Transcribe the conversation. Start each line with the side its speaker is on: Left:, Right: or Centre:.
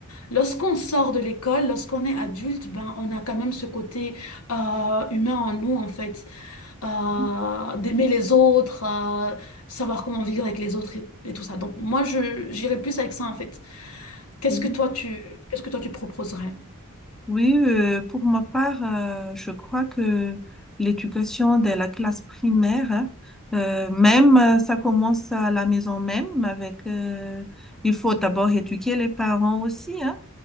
Left: lorsqu'on sort de l'école, lorsqu'on est adulte, ben, on a quand même ce côté euh, humain en nous, en fait. Euh,
Centre: oui.
Left: d'aimer les autres, euh, savoir comment vivre avec les autres et, et tout ça. Donc moi, je, j'irais plus avec ça, en fait. Qu'est-ce
Centre: oui.
Left: que toi, tu, qu'est-ce que toi, tu proposerais?
Centre: Oui, euh, pour ma part, euh, je crois que l'éducation de la classe primaire, hein, euh, même euh, ça commence à la maison même avec, euh, il faut d'abord éduquer les parents aussi, hein,